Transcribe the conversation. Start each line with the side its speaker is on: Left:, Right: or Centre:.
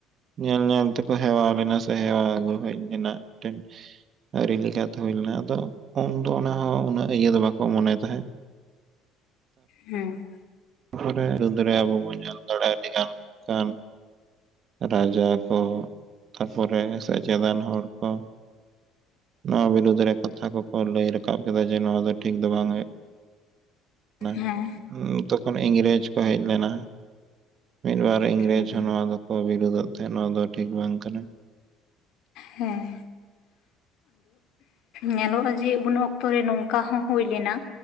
Right: ᱧᱮᱞ ᱧᱮᱞ ᱛᱮᱠᱚ ᱦᱮᱣᱟ ᱞᱮᱱᱟ ᱥᱮ ᱦᱮᱣᱟ ᱟᱹᱜᱩ ᱦᱮᱡᱽ ᱞᱮᱱᱟ ᱢᱤᱫᱴᱮᱱ᱾ ᱟᱹᱨᱤ ᱞᱮᱠᱟᱛᱮ ᱦᱩᱭ ᱞᱮᱱᱟ ᱟᱫᱚ ᱩᱱᱫᱚ ᱚᱱᱟᱦᱚᱸ ᱩᱱᱟᱹᱜ ᱤᱭᱟᱹ ᱫᱚ ᱵᱟᱠᱚ ᱢᱚᱱᱮ ᱛᱟᱦᱮᱸᱜ᱾
Left: ᱦᱮᱸ᱾
Right: ᱚᱱᱟ ᱦᱚᱸ ᱵᱚᱴᱷᱮ‌ ᱨᱟᱹᱫ ᱫᱟᱲᱮ ᱟᱵᱚ ᱵᱚᱱ ᱧᱟᱢ ᱫᱟᱲᱮᱭᱟᱜ-ᱟ ᱟᱹᱰᱤᱜᱟᱱ <unintelligible> ᱠᱟᱱ ᱨᱟᱡᱟ ᱠᱚ, ᱛᱟᱨᱯᱚᱨᱮ ᱥᱮᱪᱮᱫᱟᱱ ᱦᱚᱲ ᱠᱚ, ᱱᱚᱣᱟ ᱵᱤᱨᱩᱫᱽ ᱨᱮ ᱠᱟᱛᱷᱟ ᱠᱚᱠᱚ ᱞᱟᱹᱭ ᱨᱟᱠᱟᱵ ᱠᱮᱫᱟ ᱡᱮ ᱱᱚᱣᱟ ᱫᱚ ᱴᱷᱤᱠ ᱫᱚ ᱵᱟᱝ ᱦᱩᱭᱩᱜ ᱱᱟ
Left: ᱦᱮᱸ
Right: ᱛᱚᱠᱷᱚᱱ ᱤᱝᱨᱮᱡᱽ ᱠᱚ ᱦᱮᱡ ᱞᱮᱱᱟ᱾ ᱢᱤᱫ ᱵᱟᱨ ᱤᱝᱨᱮᱡᱽ
Left: ᱦᱮᱸ
Right: ᱦᱚᱸ ᱱᱚᱣᱟ ᱫᱚᱠᱚ ᱵᱤᱨᱩᱫ ᱟᱜ ᱛᱟᱦᱮᱸᱜ ᱱᱚᱣᱟ ᱫᱚ ᱴᱷᱤᱠ ᱵᱟᱝ ᱠᱟᱱᱟ᱾
Left: ᱦᱮᱸ ᱧᱮᱞᱚᱜ-ᱟ ᱡᱮ ᱩᱱ ᱚᱠᱛᱚ ᱨᱮ ᱱᱚᱝᱠᱟ ᱦᱚᱸ ᱦᱩᱭ ᱞᱮᱱᱟ